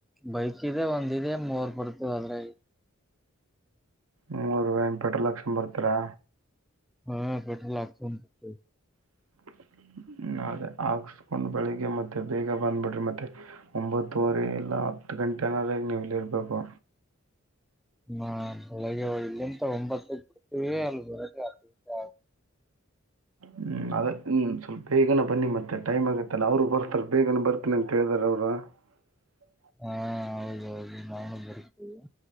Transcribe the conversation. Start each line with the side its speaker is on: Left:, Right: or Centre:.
Centre: ಬೈಕ್ ಇದೆ ಒಂದಿದೆ ಮೂರ್ ಬರ್ತೇವ ಅದ್ರೆ
Right: ಮೂರುೂಾಯಿ ಪೆಟ್ರೋಲ್ ಹಾಕುಸ್ಕೊಂಡು ಬರ್ತೀರಾ
Centre: ಹಾ ಕಠಲಾಗತ <unintelligible>
Right: <unintelligible> ಅದೇ ಹಾಕ್ಸ್ಕೊಂಡು ಬೆಳಿಗ್ಗೆ ಮತ್ತೆ ಬೇಗ ಬಂದು್ಬಿಡ್ರಿ ಮತ್ತೆ ಒಂಬತ್ತುವರೆ ಎಲ್ಲ ಹತ್ತು ಗಂಟೆ ಅನ್ರಾಗ ನೀವು ಇಲ್ಲಿರ್ಬೇಕು
Centre: ಹಾ ಬೆಳಗ್ಗೆ ಇಲ್ಲಿಂತ ಒಂಬತ್ತ ಕೊಡ್ತೀವಿ ಅಲ್ಲಿರ ಹ <unintelligible> <inaudible>
Right: ಹ್ಮ ಅದ ಹ್ಮ್ ಸ್ವಲ್ಪ ಬೇಗನ ಬನ್ನಿ ಮತ್ತೆ ಟೈಮ್ ಆಗತ್ತಲ್ಲ ಅವ್ರು ಬರ್ತಾರ ಬೇಗನ ಬರ್ತೀನಿ ಅಂತ ಹೇಳಿದಾರ ಅವ್ರು ಸ
Centre: ಹಾ ಹೌದೌದು ನಾನು ಬರ್ತೇವೆ